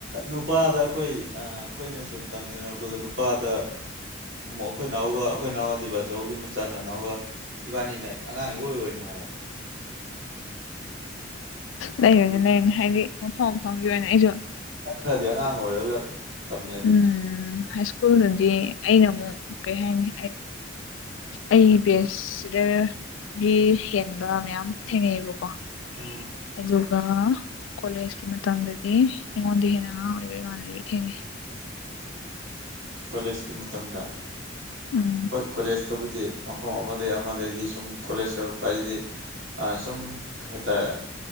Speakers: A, on the right; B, on the left.
A: ꯅꯨꯄꯥꯗ ꯑꯩꯈꯣꯏ ꯑꯥ ꯑꯩꯈꯣꯏꯅ ꯁꯨꯝ ꯇꯝꯃꯤꯟ ꯅꯔꯛꯄꯗ ꯅꯨꯄꯥꯗ ꯑꯃꯨꯛ ꯑꯈꯣꯏ ꯅꯥꯎꯒ ꯑꯈꯣꯏ ꯏꯅꯥꯎ ꯑꯗꯤ ꯕꯥꯆꯧꯒꯤ ꯃꯆꯥ ꯅꯅꯥꯎꯒ ꯏꯕꯥꯅꯤꯅ ꯑꯉꯥꯡ ꯏꯑꯣꯏ ꯑ‌ꯣꯏꯔꯤꯅꯦ ꯍꯥꯏꯕ
B: ꯂꯩꯔꯅꯤ
A: ꯑꯗꯨ
B: ꯂꯩꯔꯅꯤ ꯍꯥꯏꯗꯤ ꯃꯐꯝ ꯃꯐꯝꯒꯤ ꯑꯣꯏꯅ ꯑꯩꯖꯨ
A: ꯅꯠꯇ꯭ꯔꯗꯤ ꯑꯉꯥꯡ ꯑꯣꯏꯔꯒ ꯇꯝꯃꯦ ꯑꯗꯨꯗꯤ
B: ꯎꯝ ꯍꯥꯏꯁ ꯀꯨꯜꯗꯗꯤ ꯑꯩꯅ ꯑꯃꯨꯛ ꯀꯩ ꯍꯥꯏꯅꯤ ꯑꯩ ꯕꯦꯁ ꯁꯤꯗꯒꯤ ꯍꯦꯟꯕ ꯃꯌꯥꯝ ꯊꯦꯡꯅꯩꯌꯦꯕꯀꯣ
A: ꯎꯝ
B: ꯑꯗꯨ ꯒ ꯀꯣꯂꯦꯖꯀꯤ ꯃꯇꯝꯗꯗꯤ ꯑꯩꯉꯣꯟꯗꯩ ꯍꯦꯟꯅ ꯑꯉꯥꯡ ꯑꯣꯏꯕ ꯏꯃꯥꯟꯅꯕꯤ ꯊꯦꯡꯅꯩ
A: ꯀꯣꯂꯦꯖꯀꯤ ꯃꯇꯝꯗ
B: ꯎꯝ
A: ꯍꯣꯏ ꯀꯣꯂꯦꯖ ꯇꯧꯕꯨꯗꯤ ꯃꯐꯝ ꯑꯃꯗꯒꯤ ꯑꯃꯗꯒꯤ ꯁꯨꯝ ꯀꯣꯂꯦꯖ ꯌꯧꯔꯛꯄ ꯍꯥꯏꯁꯤꯗꯤ ꯑ ꯁꯨꯝ ꯀꯩ ꯍꯥꯏꯇꯥꯔ‌ꯦ